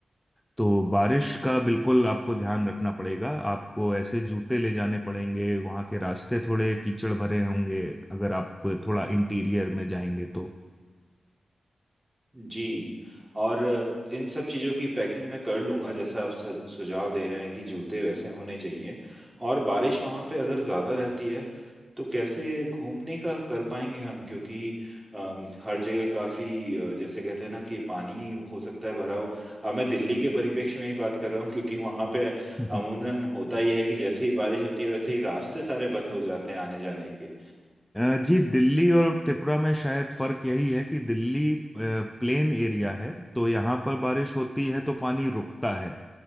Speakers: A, in the centre; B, on the right (about 30°).
A: तो बारिश का बिल्कुल आपको ध्यान रखना पड़ेगा आपको ऐसे जूते ले जाने पड़ेंगे वहां के रास्ते थोड़े कीचड़ भरे होंगे अगर आप थोड़ा इंटीरियर में जाएंगे तो
B: जी और इन सब चीज़ों की पैकिंग मैं कर लूंगा जैसा आप सु- सुझाव दे रहे हैं कि जूते वैसे होने चाहिए और बारिश वहाँ पे अगर ज़्यादा रहती है तो कैसे घूमने का कर पाएंगे हम क्योंकि अम, हर जगह काफ़ी अ, जैसे कहते हैं ना कि पानी हो सकता है भरा हो अब मैं दिल्ली के परिप्रेक्ष्य में ही बात कर रहा हूँ क्योंकि वहाँ पे
A: <laughs>
B: अमूनन होता ही है कि जैसे ही बारिश होती है वैसे ही रास्ते सारे बंद हो जाते हैं आने जाने के
A: अ, जी दिल्ली और त्रिपुरा में शायद फर्क यही है कि दिल्ली अ, प्लेन एरिया है तो यहाँ पर बारिश होती है तो पानी रुकता है